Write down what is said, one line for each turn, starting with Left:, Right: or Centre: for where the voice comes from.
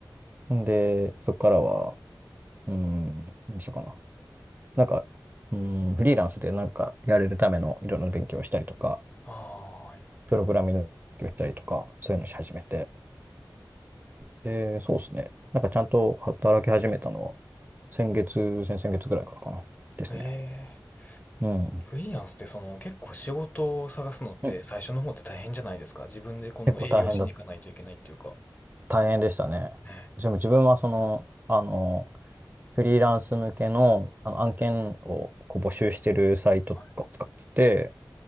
Right: んで、そこからは、うーん、何しようかな。なんか、うーん、フリーランスでなんかやれるためのいろんな勉強をしたりとか、
Left: あ、ああ、はい
Right: プログラミングをしたりとか、そういうのし始めて、で、そうですね。なんかちゃんと働き始めたのは、先月、先々月ぐらいからかな。
Left: はい。へえうんはいはいはいええすごいへえうんああああはいはいえ
Right: ですね。うん。
Left: フリーランスってその結構仕事を探すのって最初の方って大変じゃないですか。
Right: うん。
Left: 自分でこの営業しに行かないといけないっていうか。
Right: 結構大変だ、大変でしたね。
Left: ねえ、
Right: でも自分はその、あの、フリーランス向けの、あの案件をこう募集してるサイトとかを使って、
Left: はい。